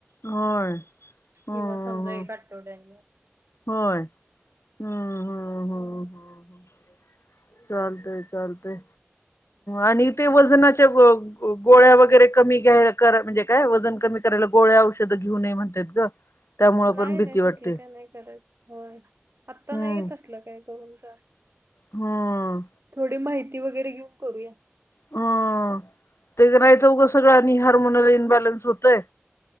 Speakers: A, on the left (about 80°); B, on the right (about 65°).
A: होय. ह
B: किंवा समजा एक आठवड्यानी
A: होय, हम्म हम्म
B: हो
A: हम्म हम्म चालतय चालतय आणि ते वजनाच्या गोळ्या गोळ्या वगैरे कमी घ्यायला करा म्हणजे काय वजन कमी करायला गोळ्या औषधं घेऊ नये म्हणतात ग. त्यामुळे
B: नाही
A: पण भीती
B: नाही
A: वाटते
B: तसलं काही नाही करायच होय आत्ता
A: हम्म
B: नाही तसलं काय करून चालत.
A: हम्म
B: थोडी माहिती वगैरे घेऊन करूया.
A: हम् ते का नाही च का सगळं आणि हार्मोनाला इन्बॅलन्स होतय.